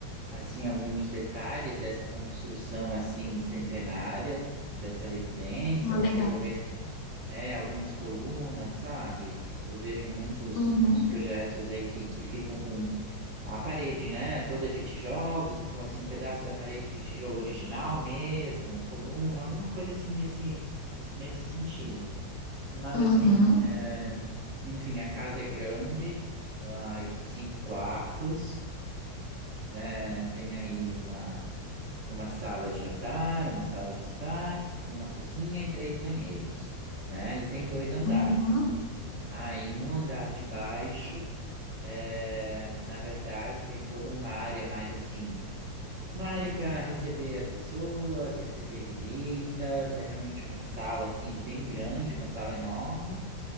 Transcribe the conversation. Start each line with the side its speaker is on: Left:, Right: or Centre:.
Right: assim, alguns detalhes dessa construção, assim, centenária, dessa residência.
Left: Ah,
Right: Não
Left: legal.
Right: sei, talvez é, algumas colunas, sabe? Eu vejo muitos,
Left: Uhum,
Right: muitos projetos aí que, que ficam com a parede, né? Toda de tijolos, então assim, um pedaço da parede de tijolo original mesmo, coluna, alguma coisa assim nesse, nesse sentido. Mas
Left: uhum,
Right: assim, é, enfim, a casa é grande, ela é com cinco quartos. É, tem aí uma, uma sala de jantar, uma sala de estar, uma cozinha e três banheiros, né? E tem dois andares.
Left: uhum,
Right: Aí no andar de baixo, é, na verdade, tem toda uma área mais assim, uma área para receber as pessoas, receber visitas. É realmente uma sala assim bem grande, uma sala enorme.